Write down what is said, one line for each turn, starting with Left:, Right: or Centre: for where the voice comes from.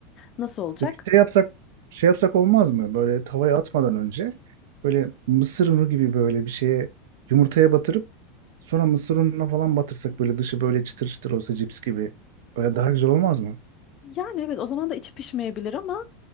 Left: Nasıl olacak?
Right: Peki şey yapsak şey yapsak olmaz mı? Böyle tavaya atmadan önce böyle mısır unu gibi böyle bir şeye yumurtaya batırıp sonra mısır ununa falan batırsak böyle dışı böyle çıtır çıtır olsa cips gibi. Böyle daha güzel olmaz mı?
Left: Yani evet o zaman da içi pişmeyebilir ama